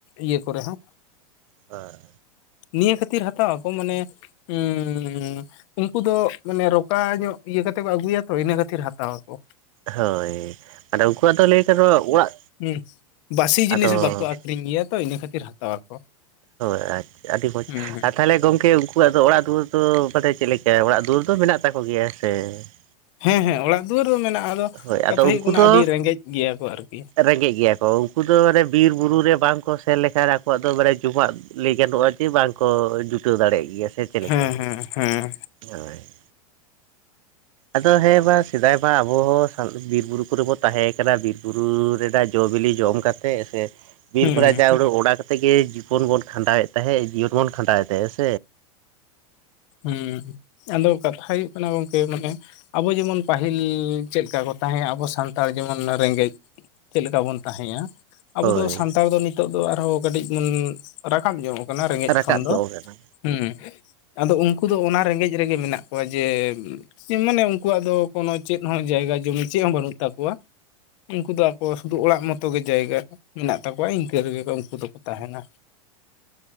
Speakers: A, on the left; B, on the right.
A: ᱤᱭᱟᱹ ᱠᱚᱨᱮ ᱦᱚᱸ᱾
B: ᱟᱨᱻ
A: ᱱᱤᱭᱟᱹ ᱠᱷᱟᱹᱛᱤᱨ ᱦᱟᱛᱟᱣᱟ ᱟᱠᱚ ᱢᱟᱱᱮ <inaudible> ᱩᱱᱠᱩ ᱫᱚ ᱢᱟᱱᱮ ᱨᱚᱠᱟ ᱧᱚᱜ ᱤᱭᱟᱹ ᱠᱟᱛᱮᱫ ᱠᱚ ᱟᱹᱜᱩᱭᱟ ᱛᱚ, ᱤᱱᱟᱹ ᱠᱷᱟᱹᱛᱤᱨ ᱦᱟᱛᱟᱣᱟ ᱟᱠᱚ᱾
B: ᱦᱳᱭ ᱢᱟᱱᱮ ᱩᱱᱠᱩᱣᱟᱜ ᱫᱚ ᱞᱟᱹᱭ ᱠᱟᱱᱟᱱ ᱚᱲᱟᱜ,
A: ᱦᱩ ᱵᱟᱥᱤ ᱡᱤᱱᱤᱥ
B: ᱟᱫᱚ
A: ᱵᱟᱠᱚ ᱟᱹᱠᱷᱨᱤᱧ ᱜᱮᱭᱟ ᱛᱚ, ᱤᱱᱟᱹ ᱠᱷᱟᱹᱛᱤᱨ ᱦᱟᱛᱟᱣᱟ ᱟᱠᱚ᱾
B: ᱦᱳᱭ ᱟᱪ, ᱟᱹᱰᱤ ᱢᱚᱡᱽ
A: ᱦᱩᱸ ᱦᱩᱸ
B: ᱟᱨ ᱛᱷᱟᱞᱮ ᱜᱚᱝᱠᱮ ᱩᱱᱠᱩᱣᱟᱜ ᱫᱚ ᱚᱲᱟᱜ ᱫᱩᱣᱟᱹᱨ ᱫᱚ ᱢᱟᱱᱮ ᱪᱮᱫ ᱞᱮᱠᱟ ᱚᱲᱟᱜ ᱫᱩᱣᱟᱹᱨ? ᱫᱚ ᱢᱮᱱᱟᱜ ᱛᱟᱠᱚ ᱜᱮᱭᱟ ᱥᱮ ᱾
A: ᱦᱮᱸ ᱦᱮᱸ ᱚᱲᱟᱜ ᱫᱩᱣᱟᱹᱨ ᱫᱚ ᱢᱮᱱᱟᱜᱼᱟ ᱟᱫᱚ
B: ᱦᱳᱭ
A: ᱠᱟᱛᱷᱟ
B: ᱟᱫᱚ
A: ᱦᱩᱭᱩᱜ
B: ᱩᱱᱠᱩ
A: ᱠᱟᱱᱟ,
B: ᱫᱚ
A: ᱟᱹᱰᱤ ᱨᱮᱸᱜᱮᱡ ᱜᱮᱭᱟ ᱠᱚ ᱟᱨᱠᱤ ᱾
B: ᱨᱮᱸᱜᱮᱡ ᱜᱮᱭᱟ ᱠᱚ ᱩᱱᱠᱩ ᱫᱚ ᱨᱮ ᱵᱤᱨ ᱵᱩᱨᱩ ᱨᱮ ᱵᱟᱝ ᱠᱚ ᱥᱮᱱ ᱞᱮᱠᱷᱟᱱ ᱟᱠᱚᱣᱟᱜ ᱫᱚ ᱢᱟᱱᱮ ᱡᱚᱢᱟᱜ ᱞᱟᱹᱭ ᱜᱟᱱᱚᱜᱼᱟ ᱡᱮ ᱵᱟᱝᱠᱚ ᱡᱩᱴᱟᱹᱣ ᱫᱟᱲᱮᱜ ᱜᱮᱭᱟ ᱥᱮ ᱪᱮᱫ ᱞᱮᱠᱟ?
A: ᱦᱮᱸ ᱦᱮᱸ ᱦᱮᱸ
B: ᱦᱳᱭ ᱾ ᱟᱫᱚ ᱦᱮᱸ ᱵᱟ ᱥᱮᱫᱟᱭ ᱢᱟ ᱟᱵᱚ ᱦᱚᱸ ᱵᱤᱨ ᱵᱩᱨᱩ ᱠᱚᱨᱮ ᱵᱚ ᱛᱟᱦᱮᱸ ᱠᱟᱱᱟ᱾ᱵᱤᱨ ᱵᱩᱨᱩ ᱨᱮᱱᱟᱜ ᱡᱚᱼᱵᱤᱞᱤ ᱡᱚᱢ ᱠᱟ ᱠᱟᱛᱮᱫ ᱥᱮ ᱵᱤᱨ
A: ᱦᱩᱸ
B: ᱠᱷᱚᱱᱟᱜ ᱡᱟ ᱩᱲᱟᱹ ᱚᱱᱟ ᱠᱟᱛᱮᱫᱜ ᱜᱮ ᱡᱤᱵᱚᱱ ᱵᱚᱱ ᱠᱷᱟᱸᱰᱟᱣᱮᱫ ᱛᱟᱦᱮᱸᱜ, ᱡᱤᱭᱚᱱ ᱵᱚᱱ ᱠᱷᱟᱸᱰᱟᱣᱮᱫ ᱛᱟᱦᱮᱸᱫ ᱾
A: ᱦᱩᱸ, ᱟᱫᱚ ᱠᱟᱛᱷᱟ ᱦᱩᱭᱩᱜ ᱠᱟᱱᱟ ᱜᱚᱝᱠᱮ ᱢᱟᱱᱮ ᱟᱵᱚ ᱡᱮᱢᱚᱱ ᱯᱟᱹᱦᱤᱞ ᱪᱮᱫᱠᱟ ᱠᱚ ᱛᱟᱦᱮᱸᱣᱟ ᱟᱵᱚ ᱥᱟᱱᱛᱟᱲ ᱡᱮᱢᱚᱱ ᱨᱮᱸᱜᱮᱡ ᱪᱮᱫ ᱞᱮᱠᱟ ᱵᱚᱱ ᱛᱟᱦᱮᱸᱭᱟ ᱟᱵᱚ
B: ᱦᱳᱭ
A: ᱫᱚ ᱥᱟᱱᱛᱟᱲ ᱫᱚ ᱱᱤᱛᱚᱜ ᱫᱚ ᱟᱨᱦᱚᱸ ᱠᱟᱹᱴᱤᱡ ᱵᱚᱱ ᱨᱟᱠᱟᱵ ᱧᱚᱜ ᱟᱠᱟᱱᱟ ᱨᱮᱸᱜᱮᱡ
B: ᱨᱟᱠᱟᱵ
A: ᱠᱷᱚᱱ ᱫᱚ
B: ᱧᱚᱜ
A: ᱾
B: ᱠᱟᱱᱟ
A: ᱦᱩᱸ ᱟᱫᱚ ᱩᱱᱠᱩ ᱫᱚ ᱚᱱᱟ ᱨᱮᱸᱜᱮᱡ ᱨᱮᱜᱮ ᱢᱮᱱᱟᱜ ᱠᱚᱣᱟ ᱡᱮ ᱢᱟᱱᱮ ᱩᱱᱠᱩᱣᱟᱜ ᱫᱚ ᱠᱳᱱᱳ ᱪᱮᱫ ᱦᱚᱸ ᱡᱟᱭᱜᱟ ᱡᱚᱢᱤ ᱪᱮᱫ ᱦᱚᱸ ᱵᱟᱹᱱᱩᱜ ᱛᱟᱠᱚᱣᱟ ᱾ ᱩᱱᱠᱩ ᱫᱚ ᱟᱠᱚ ᱥᱩᱫᱩ ᱚᱲᱟᱜ ᱢᱚᱛᱚ ᱜᱮ ᱡᱟᱭᱜᱟ ᱢᱮᱱᱟᱜ ᱛᱟᱠᱚᱣᱟ, ᱤᱱᱠᱟᱹ ᱨᱮᱜᱮ ᱠᱚ ᱩᱱᱠᱩ ᱫᱚᱠᱚ ᱛᱟᱦᱮᱱᱟ ᱾